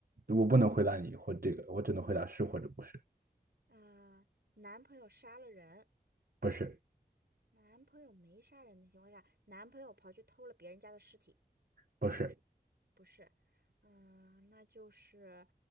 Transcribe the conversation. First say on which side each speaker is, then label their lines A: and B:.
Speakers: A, on the right; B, on the right.
A: 我不能回答你或这个，我只能回答是或者不是，
B: 啊，男朋友杀了人，
A: 不是，
B: 男朋友没杀人的情况下，男朋友跑去偷了别人家的尸体。
A: 不是，
B: 是吧？不是，嗯、那就是